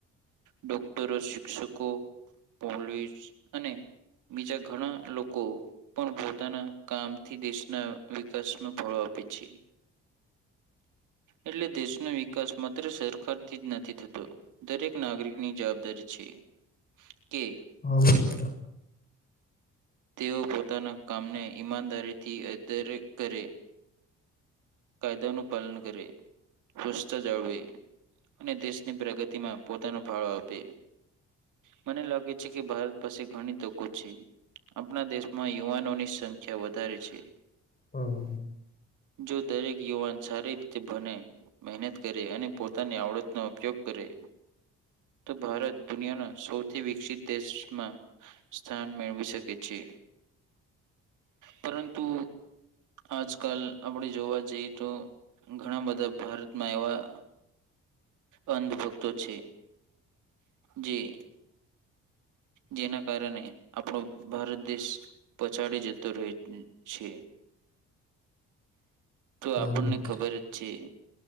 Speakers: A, on the right; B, on the left.
A: ડોક્ટરો, શિક્ષકો, પોલીસ અને બીજા ઘણા લોકો પણ પોતાના કામથી દેશના-' વિકાસમાં ફળો આપે છે. એટલે દેશનો વિકાસ માત્ર સરકારથી જ નથી થતો દરેક નાગરિક ની જવાબદારી છે કે
B: હા મિત્ર.
A: તેઓ પોતાના કામને ઈમાનદારીથી અરે કરે. કાયદા નું પાલન કરે સ્વાસ્થ્ય જાળવે. અને દેશની પ્રગતિમાં પોતાનો ફાળો આપે. મને લાગે છે કે ભારત પાસે ઘણી તકો છે. આપણા દેશમાં યુવાનોની સંખ્યા વધારે છે.
B: હા.
A: જો દરેક યુવાન સારી રીતે ભણે મહેનત કરે અને પોતાની આવડતનો ઉપયોગ કરે તો ભારત દુનિયાના સૌથી વિકસિત દેશમાં સ્થાન મેળવી શક કે છે. પરંતુ આજકાલ આપણે જોવા જઈએ તો ઘણા બધા ભારતમાં એવા અંધભુક્ત છે. જી જેના કારણે આપણો ભારત દેશ પછાડી જતો રહે છે. તો
B: હા
A: આપણને
B: મિત્ર
A: ખબર જ છે.